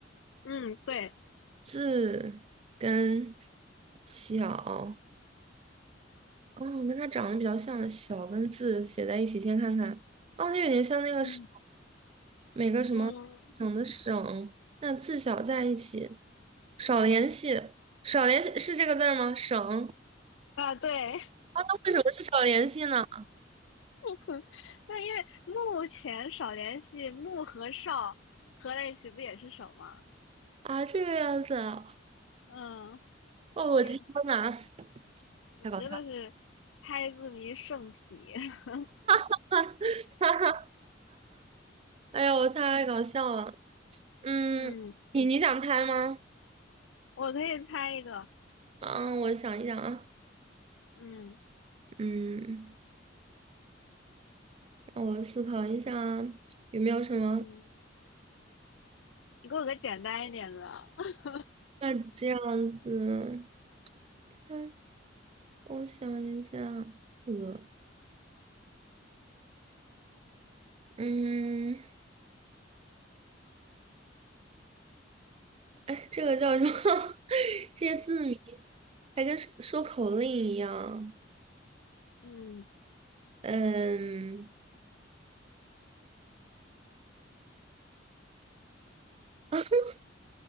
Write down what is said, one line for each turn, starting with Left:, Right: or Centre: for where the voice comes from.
Left: 嗯，对，
Right: 字跟小，哦，跟它长得比较像的小跟字写在一起，先看看。哦，它有点像那个省，
Left: 嗯
Right: 每个什么省的省，
Left: 嗯
Right: 那字小在一起，少联系，少联系是这个字儿吗？省
Left: 啊，对。
Right: 啊，那为什么是少联系呢？
Left: <laughs> 那因为目前少联系，木和少合在一起不也是手吗？
Right: 啊，这个样子啊，
Left: 嗯，
Right: 哦，我的天呐，
Left: 这个你真的是猜字谜圣体。
Right: 太搞笑了，
Left: <laughs>
Right: <laughs> 哈哈哎呀，我太搞笑了，嗯，
Left: 嗯，
Right: 你你想猜吗？
Left: 我可以猜一个。
Right: 嗯，我想一想啊，
Left: 嗯
Right: 嗯。让我思考一下啊，有没有什么？
Left: 嗯，你给我个简单一点的。<laughs>
Right: 那这样子，看，我想一下，呃，嗯，哎，这个叫什么？<laughs> 这些字谜还跟说说口令一样。
Left: 嗯
Right: 嗯，<laughs>